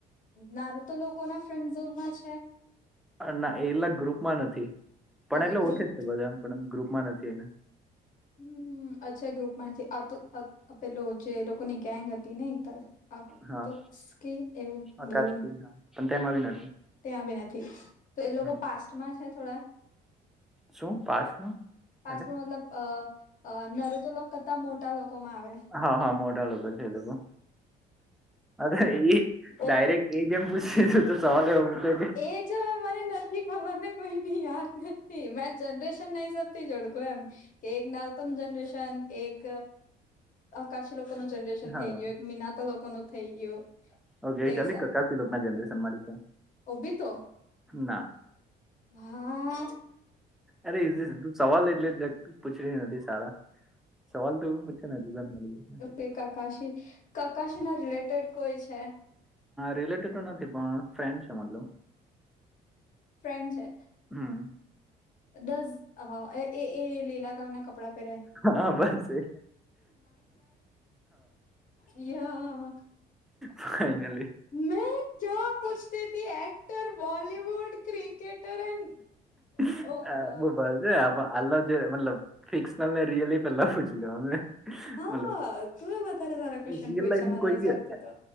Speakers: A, on the left; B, in the centre.
A: નારુ તો લોકોના ફ્રેન્ડ ઝોનમાં છે
B: ના એટલા ગ્રુપમાં નથી પણ
A: ઓકે
B: એટલે
A: ગ્રુપ
B: ઓળખૅ છે જ છે બધામાં પણ ગ્રુપમાં નથી એના
A: હમ અચ્છા ગ્રુપમાંથી અતો અતો પેલો જે લોકોની ગેંગ હતી ને આતસ્કી
B: હા
A: એવું
B: અકાતથી
A: બૉલૉ
B: હા પણ તેમાં બી નથી
A: ત્યાં બી નથી તો એ લોકો
B: હમ
A: પાસ્ટમાં છે થોડા
B: શું પાસ્ટમાં
A: સું પાસ્ટમાં
B: એટલે
A: મતલબ અ નરુ તો લોકો કરતા મોટા લોકો માં આવે
B: હા હા મોટા લોકો છે એ લોકો અરૅ ઈ
A: ઓ
B: ડાયરેક્ટ એ જેમ પૂછીશું તો સવાલ એ હું તો
A: એ જ હવે મને ખબર કોઈ ન યાદ નથી ઍમાં જનરેશનના હિસાબસસતી જોડકોમ કે એક નાતાનું જનરેશન એક આકાશી લોકો ન જનરેશન
B: હા
A: થઈ ગયું એક મિનાતા લોકો ન થઈ ગયું
B: ઓકે
A: તે
B: ચાલી
A: હિસાબે
B: કકાસી લોકો ના જનરરેેશન મળી છે.
A: ઓભી તો
B: ના
A: હા
B: અરે ઈઝી તું સવાલ એટલે જ પૂછે નથી સારા સવાલ તો એવું પૂછે ને મળી જશે
A: કે કાકાશી કકાશી ના રિલેટેડ કોઈ છે.
B: રિલેટિવ તો નથી પણ ફ્રેન્ડ છે મતલબ
A: ફ્રેન્ડ છે.
B: હમ
A: દસ એ એ લીલા કલર ના કપડા
B: હા બસ એ
A: <unintelligible> યા
B: ફાઈનલી
A: મે ક્યા પૂછતીથી actor Bollywood cricketer and
B: <unintelligible>
A: oh my god
B: છે આમાં આ જે મતલબ ફિક્સનલ ને રિયલી પહેલા પૂછી લેને
A: હા
B: મતલબ
A: તું વધારે સારા ક્વેશ્ચન
B: રિયલ
A: પૂછ્યા
B: લાાઈફ
A: મારા
B: કોઈ
A: હિસાબથી
B: ભી
A: તો